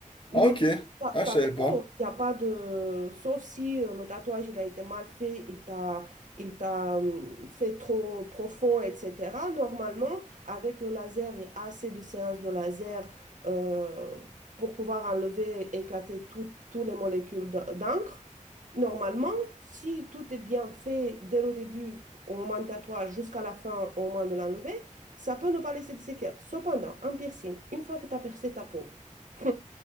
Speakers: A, on the right; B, on the left.
A: Mais
B: Ah, ok.
A: ta,
B: Ah,
A: ta
B: je savais
A: peau,
B: pas.
A: il n'y a pas de... Sauf si euh, le tatouage, il a été mal fait, il t'a, il t'a hum, fait trop profond, etc. Normalement, avec le laser et assez de séances de laser euh, pour pouvoir enlever, éclater tout- toutes les molécules d'en- d'encre, normalement, si tout est bien fait dès le début, au moment du tatouage, jusqu'à la fin, au moment de l'enlever, ça peut ne pas laisser de séquelles. Cependant, un piercing, une fois que tu as percé ta peau, <laughs>